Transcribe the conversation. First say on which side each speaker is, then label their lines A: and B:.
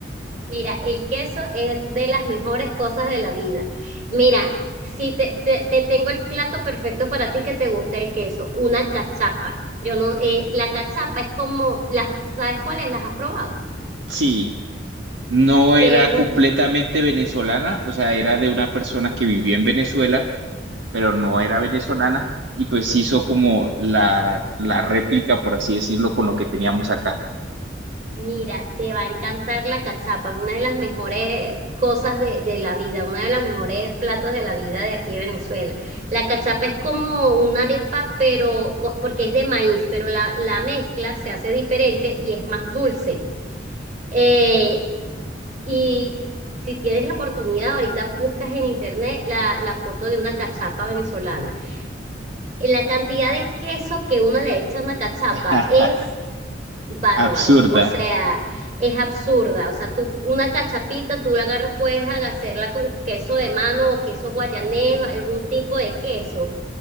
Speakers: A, on the right; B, on the right.
A: Mira, el queso es de las mejores cosas de la vida. Mira, si te, te- te tengo el plato perfecto para ti que te guste el queso, una cachapa. Yo no, eh, la cachapa es como, las, ¿sabes cuáles? ¿Las has probado?
B: Sí, no
A: Que
B: era
A: es un,
B: completamente venezolana, o sea, era de una persona que vivió en Venezuela, pero no era venezolana, y pues hizo como la, la réplica, por así decirlo, con lo que teníamos acá.
A: mira, te va a encantar la cachapa, es una de las mejores cosas de, de la vida, una de las mejores platos de la vida de aquí de Venezuela. La cachapa es como una arepa, pero co- porque es de maíz, pero la, la mezcla se hace diferente y es más dulce. Eh, y si tienes la oportunidad, ahorita buscas en internet la, la foto de una cachapa venezolana. La cantidad de queso que uno le echa a una cachapa
B: <laughs>
A: es bárbaro,
B: Absurda,
A: o sea, es absurda. O sea, tú, una cachapita, tú la agarras, puedes hacerla con queso de mano o queso guayanés, algún tipo de queso.